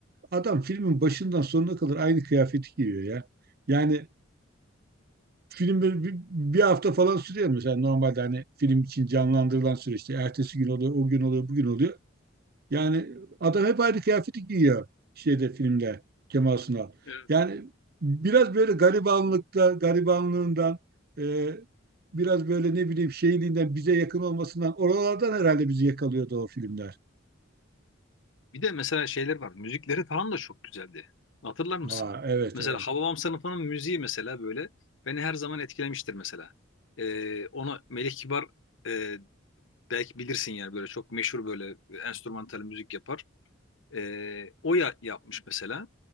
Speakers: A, on the right (about 50°); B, on the left (about 70°).
A: Adam filmin başından sonuna kadar aynı kıyafeti giyiyor ya. Yani Film böyle bir, bir hafta falan sürüyor mesela normalde hani film için canlandırılan süreçte. Ertesi gün oluyor, o gün oluyor, bugün oluyor. Yani adam hep aynı kıyafeti giyiyor şeyde filmde Kemal Sunal.
B: Evet.
A: Yani biraz böyle garibanlıkta, garibanlığından e, biraz böyle ne bileyim şeyliğinden bize yakın olmasından oralardan herhalde bizi yakalıyordu o filmler.
B: Bir de mesela şeyler var. Müzikleri falan da çok güzeldi. Hatırlar mısın?
A: Ha evet
B: Mesela
A: evet.
B: Hababam sınıfının müziği mesela böyle beni her zaman etkilemiştir mesela. Ee, ona Melih Kibar e, Belki bilirsin yani böyle çok meşhur böyle enstrümantal müzik yapar. Ee, o ya yapmış mesela,